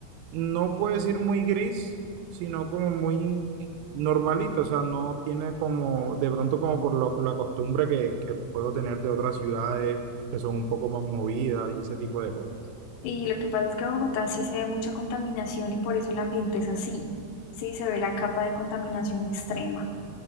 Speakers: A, on the right (about 85°); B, on the left (about 80°).
A: no puedo decir muy gris, sino como muy normalita. O sea, no tiene como, de pronto como por lo- la costumbre que, que puedo tener de otras ciudades que son un poco más movidas y ese tipo de cosas.
B: Y lo que pasa es que en Bogotá sí se ve mucha contaminación y por eso el ambiente es así. Sí, se ve la capa de contaminación extrema.